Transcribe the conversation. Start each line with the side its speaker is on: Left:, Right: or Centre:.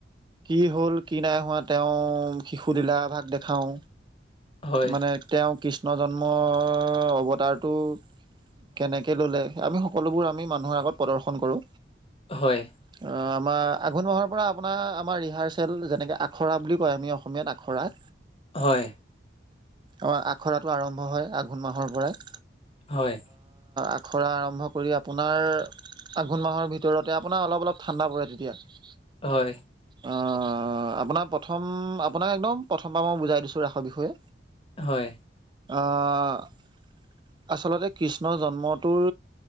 Right: কি হ'ল কি নাই হোৱা তেওঁ শিশু লীলা ভাগ দেখাওঁ।
Left: হয়
Right: মানে তেওঁ কৃষ্ণ জন্মৰ অৱতাৰটো কেনেকে ল'লে, আমি সকলোবোৰ আমি মানুহৰ আগত প্ৰদৰ্শন কৰো।
Left: হয়।
Right: অ', আমাৰ আঘোণ মাহৰ পৰা আপোনাৰ আমাৰ ৰিহাৰচেল যেনেকে আখৰা বুলি কয় আমি অসমীয়াত আখৰা।
Left: হয়।
Right: অ', আখৰাটো আৰম্ভ হয় আঘোণ মাহৰ পৰাই।
Left: হয়।
Right: আখৰা আৰম্ভ কৰি আপোনাৰ আঘোণ মাহৰ ভিতৰতে আপোনাৰ অলপ অলপ ঠাণ্ডা পৰে তেতিয়া।
Left: হয়।
Right: অ', আপোনাক প্ৰথম আপোনাক একদম প্ৰথমবাৰৰ পৰা বুজাই দিছো ৰাসৰ বিষয়ে।
Left: হয়।
Right: অ', আচলতে কৃষ্ণ জন্মটোৰ